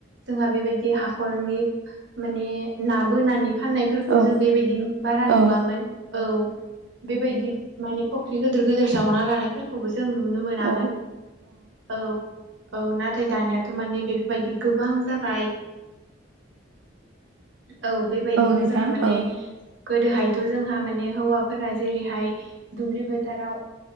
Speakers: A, on the right; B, on the right.
A: जोंहा बेबायदि हाखरनि माने ना बोनानै फाननायफोरखौ
B: औ
A: जों बेबायदि बारा नुवामोन
B: औ
A: औ बेबायदि माने फुख्रि गिदिर गोिदोर जावना लानाय फोरखौबो जों नुनो मोनामोन
B: औ
A: औ औ नाथाय दानियााथ' माने बेफोरबायदि गोबां जाबाय औ बेबायदिनो
B: नोंथां
A: जोंहा माने
B: औ
A: गोदोहायथ' जोंहा माने हौवाफोरा जेरैहाय दुब्लि फोथाराव